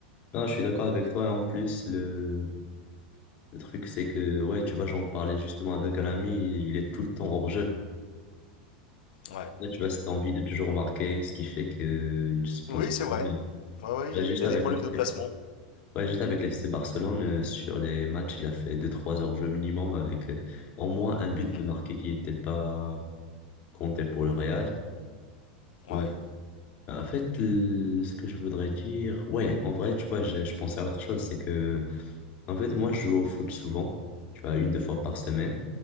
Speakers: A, on the left; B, on the left.
A: Non, je suis d'accord avec toi. En plus, le, le truc, c'est que, ouais, tu vois, j'en parlais justement avec un ami, il est tout le temps hors jeu.
B: Ouais.
A: Là, tu vois, cette envie de toujours marquer, ce qui fait que il se positionne.
B: Oui, c'est vrai. Ouais, ouais,
A: Tu
B: il,
A: vois, juste
B: il a
A: avec
B: des problèmes
A: le
B: de placement.
A: Ouais, juste avec l'FC Barcelone, euh, sur les matchs, il a fait deux trois enjeux minimum avec euh, au moins un but
B: Mhm.
A: de marqué qui n'était pas compté pour le Real.
B: Ouais.
A: Ouais. En fait, l- ce que je voudrais dire, ouais, en vrai, tu vois, je, je pensais à autre chose, c'est que en fait, moi, je joue au foot souvent, tu vois, une, deux fois par semaine.